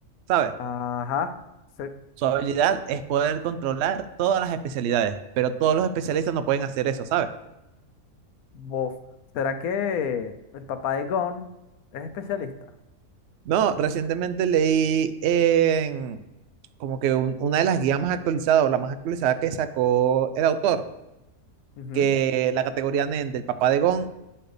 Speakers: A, on the right (about 65°); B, on the left (about 80°).
A: ¿sabes?
B: Ajá. Se-
A: Su habilidad es poder controlar todas las especialidades, pero todos los especialistas no pueden hacer eso, ¿sabes?
B: bof. ¿Será que el papá de Gon es especialista?
A: No, recientemente leí en como que un- una de las guías más actualizadas o la más actualizada que sacó el autor,
B: Ujú.
A: que la categoría Nen del papá de Gon